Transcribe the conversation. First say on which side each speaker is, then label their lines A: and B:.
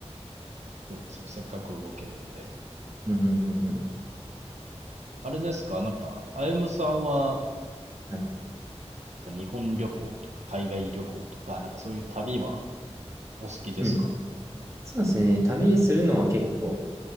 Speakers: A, on the right; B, on the right.
A: そうですね。せっかく動けるんで。
B: うんうんうんうん。
A: あれですかなんか、あゆむさんは、
B: はい。
A: なんか日本旅行とか海外旅行とか、なんかそういう旅はお好きですか
B: うんそうですね。旅するのは結構好